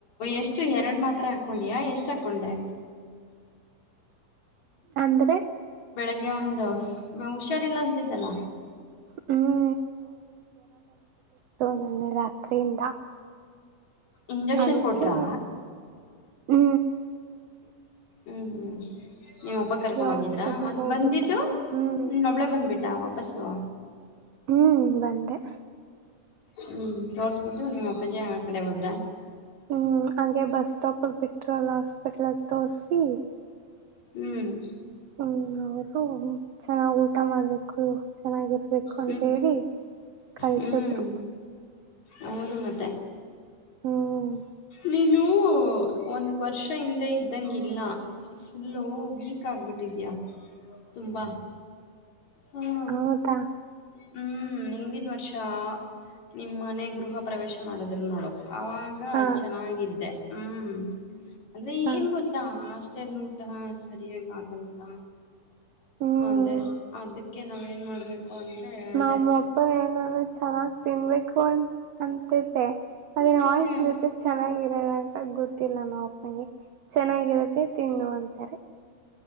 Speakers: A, on the left; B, on the right.
A: ಎಷ್ಟು ಎರಡು ಮಾತ್ರೆ ಹಾಕ್ಕೊಂಡಿಯ ಎಷ್ಟು ಹಾಕ್ಕೊಂಡೆ
B: ಅಂದ್ರೆ
A: ಹನ್ನೊಂದು ಮ ಹುಷಾರಿಲ್ಲ ಅಂತಿದ್ದಲ್ಲ
B: ಹ್ಞೂ ನ್ನೆ ರಾತ್ರಿಯಿಂದ
A: ಇಂಜೆಕ್ಷನ್
B: ಅದಕ್ಕೆ
A: ಕೊಟ್ರಾ
B: ಹ್ಮ್
A: ಹ್ಮ್ ಹ್ಮ್ ನೀ್ ಅಪ್ಪ ಕರ್ಕೊಂಡ್ ಹೋಗಿದ್ರ
B: ಹಾಸ್ಪಿಟ್ಲ್ಗೆ
A: ಮತ್
B: ಹೋಗಿದ್ದೆ
A: ಬಂದಿದ್ದು
B: ಹ್ಞೂ
A: ನೀನ್ನೊಬ್ಳೇ ಬಂದ್ಬಿಟ್ಟು ಡಾವ ಬಸ್ುವ
B: ಹ್ಮ್ ಬಂದೆ
A: ಹ್ಮ್ ತೋರ್ಸ್ಬಿಟ್ಟು ನಿಮ್ಮ್ ಅಪ್ಪಾಜಿ ಆ ಕಡೆ ಹೋದ್ರ
B: ಹ್ಮ್ ಹಾಗೆ ಬಸ್ ಸ್ಟಾಪಗ ಬಿಟ್ರು ಅಲ್ಲ ಹಾಸ್ಪಿಟ್ಲ್ಗ್ ತೋಸಿ
A: ಹ್ಮ್
B: ಹ್ಮ್ ಅವರು ಚೆನ್ನಾಗ್ ಊಟ ಮಾಡ್ಬೇಕು ಚೆನ್ನಾಗಿ ಬು ಅಂತ
A: ಹ್ಞೂ
B: ಹೇಳಿ ಕಳ್ಸದ್ರು
A: ಹ್ಞೂ ಹೌದು ಮತ್ತೆ
B: ಹ್ಮ್
A: ನೀನು ಒಂದು ವರ್ಷ ಹಿಂದೆ ಇದ್ದಂಗಿಲ್ಲ ಫುಲ್ಲು ವೀಕ್ ಆಗ್ಬಿಟ್ಟಿದೆಯಾ ತುಂಬ ಹ್ಮ
B: ಹೌದಾ
A: ಹ್ಮ್ ಹಿಂದಿನ ವರ್ಷ ನಿಮ್ಮ್ ಮನೆ ಗೃಹ ಪ್ರವೇಶ ಮಾಡಿದ್ರು ನೋಡು ಆಾಗ
B: ಹಾ
A: ಚೆನ್ನಾಗಿದ್ದೆ ಹ್ಮ್ ಅಂದ್ರೆ
B: ಹಾ
A: ಏನ್ ಗೊತ್ತಾ ಅಷ್ಟ ನೂಟಾ ಸರಿಯಾಗಿಾಗ ಆಗಲ್ಲಲ್ಲಾ
B: ಹ್ಮ್
A: ಅದೇ ಅದಕ್ಕೆ ನಾವ್ ನ್ ಮಾಡ್ಬೇಕು ಅಂದ್ರೆ ಅದೇ
B: ನಮ್ಮ ಅಪ್ಪ ಏನ ಅಂದ ಚೆನ್ನಾಗ್ ತಿನ್ಬೇಕು ಅನ್ ಅಂತೆ ಅದನ್ನ ವಾಯ್ಸ್ಲಿಟ್ಟ
A: ಹ್ಮ್
B: ಚೆನ್ನಾಗಿರೋಣ ಅಂತ ಗೊತ್ತ ಗೊತ್ತಿಲ್ಲ ನಾ ಅಪ್ಪನಗೆ ಚೆನ್ನಾಗಿರುತ್ತೆ ತಿಂದು ಅಂತಾರೆ